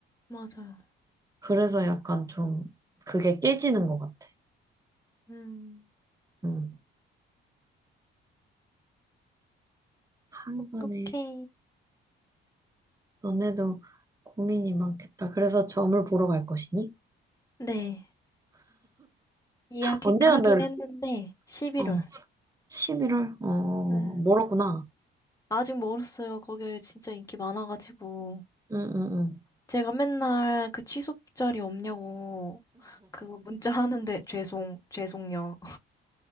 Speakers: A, on the left; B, on the right.
A: 맞아요.
B: 그래서 약간 좀 그게 깨지는 것 같아.
A: 음,
B: 음. 한간에
A: 어떡해.
B: 너네도 고민이 많겠다. 그래서 점을 보러 갈 것이니?
A: 네. 이야기하긴
B: 언제 간다 그랬지?
A: 했는데, 11월.
B: 어, 11월? 어,
A: 네.
B: 멀었구나.
A: 아직 멀었어요. 거기 진짜 인기 많아가지고.
B: 응, 응, 응.
A: 제가 맨날 그 취소 자리 없냐고, 그 문자 하는데, 죄송, 죄송요.